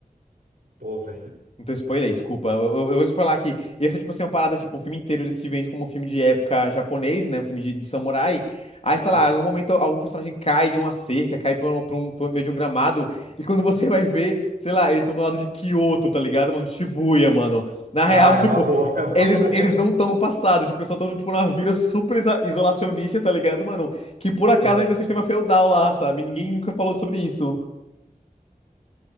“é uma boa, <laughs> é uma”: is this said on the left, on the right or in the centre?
Right